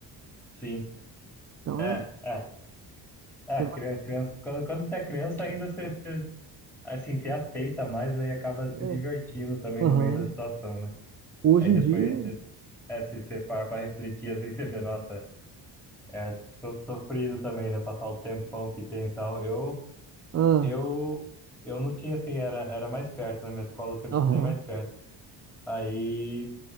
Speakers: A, in the centre; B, on the right.
A: sim.
B: Então
A: É,
B: é,
A: é, é,
B: você vai,
A: criança, criança, quando, quando você é criança ainda você, você, assim, você aceita mais, aí acaba
B: é,
A: se divertindo também
B: aham.
A: no meio da situação, né?
B: Hoje
A: Aí
B: em
A: depois,
B: dia,
A: de- é, se você parar pra refletir, assim, você vê, nossa, é so- sofrido também, né? Passar o tempão que tem e tal. Eu
B: ah,
A: Eu, eu não tinha assim, era, era mais perto, né? na minha escola eu sempre
B: aham,
A: estudei mais perto. Aí,